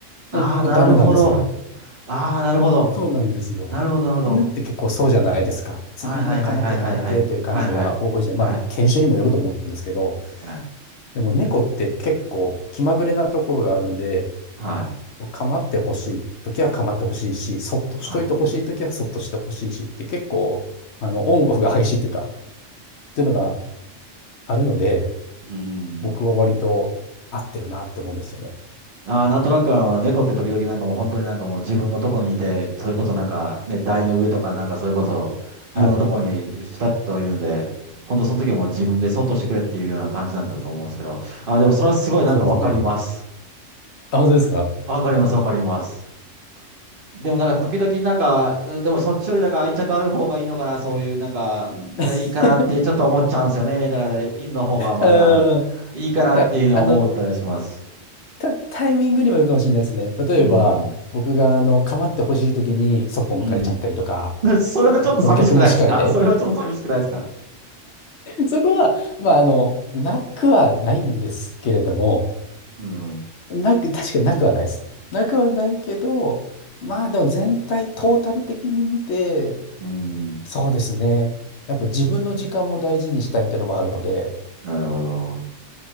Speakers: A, on the right; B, on the left.
A: ああー、
B: もう僕ダメなんですよ。
A: なるほど。ああ、なるほど。
B: そうなんですよ。
A: なるほど、なるほど。
B: 犬って結構そうじゃないですか。常にもう構って構ってという感じが多いじゃん。
A: はいはいはいはいはいはい。はいはい。はい。
B: まあ、犬種にもよると思うんですけど、
A: はい。
B: でも猫って結構気まぐれなところがあるんで、
A: はい。
B: 構ってほしい時は構ってほしいし、そっとしといてほしい時はそっとしてほしいしって結構、
A: はい。
B: あの、オンオフが激しいっていうか、っていうのがあるので、
A: うーん。
B: 僕は割と合ってるなって思うんですよね。
A: ああ、なんとなくあの、猫って時々なんかもう本当になんかもう自分のとこにいて、それこそなんかね、台の上とかなんかそれこそ、
B: はい。
A: いろんなところにふたっといるんで、本当その時はもう自分でそっとしてくれっていうような感じなんだと思うんですけど、ああ、でもそれはすごいなんかわかります。
B: そうですね。あ、本当ですか
A: わかります、わかります。でもなんか時々なんか、うんでもそっちよりなんか愛着ある方がいいのかな、そういうなんか、
B: うん。
A: あいいかなってちょっと思っちゃうんですよね。
B: <laughs>
A: だから犬の方がまだいいかなっていうふうに思ったりします。
B: うん。だから、あの、タ、タイミングにもよるかもしれないですね。例えば、
A: うん。
B: 僕が、あの、構ってほしい時にそっぽ向かれちゃったりとか、
A: うん。<laughs> それはちょっと寂しくないですか
B: 逆もしかりで、
A: <laughs> それはちょっと寂しくないですか
B: そこは、まあ、あの、なくはないんですけれども、
A: うん。
B: なく、<laughs> 確かになくはないです。なくはないけど、まあでも全体、トータル的に見て、
A: うん。
B: そうですね。やっぱ自分の時間も大事にしたいっていうのもあるので、
A: なるほど。